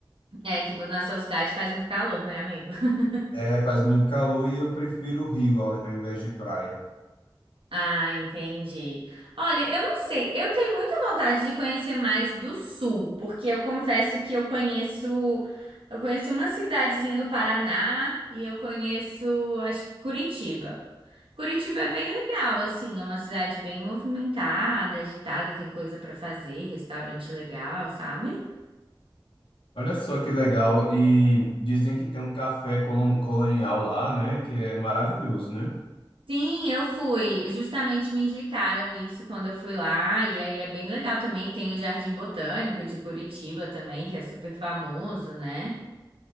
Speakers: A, on the right (about 85°); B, on the left (about 75°).
A: É que na sua cidade faz muito calor, né, amigo? <laughs>
B: É, faz muito calor e eu prefiro rio ao, ao invés de praia.
A: Ah, entendi. Olha, eu não sei. Eu tenho muita vontade de conhecer mais do sul, porque eu confesso que eu conheço, eu conheço uma cidadezinha do Paraná e eu conheço, acho, que Curitiba. Curitiba é bem legal, assim, é uma cidade bem movimentada, agitada, tem coisa pra fazer, restaurante legal, sabe?
B: Olha só que legal. E dizem que tem um café colon- colonial lá, né? Que é maravilhoso, né?
A: Sim, eu fui. Justamente me indicaram isso quando eu fui lá. E aí é bem legal também. Tem o Jardim Botânico de Curitiba também, que é super famoso, né?